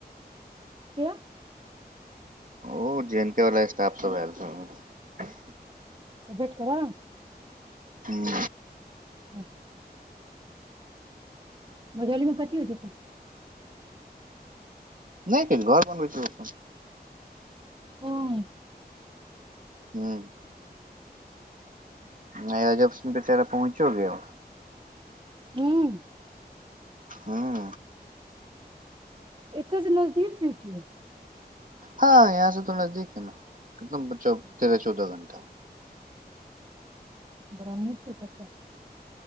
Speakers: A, on the right; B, on the right.
A: किये
B: ओ जे एन के वला स्टाफ सब एल छै ओहिमे
A: वेट करब
B: हूँ
A: अच्छा मझौलीमे कथी होइ छै से
B: नहि किछ घर मे बैसबै अपन
A: हँ
B: हूँ नहि अजब सिंह बेचारा पहुँचो गेल
A: हूँ
B: ह्म
A: एतऽ से नजदीक छै की ओ
B: हँ यहाँ से तो नजदीक है ने एक तेरह चौदह घंटा
A: बड़ा नीक छै तब तऽ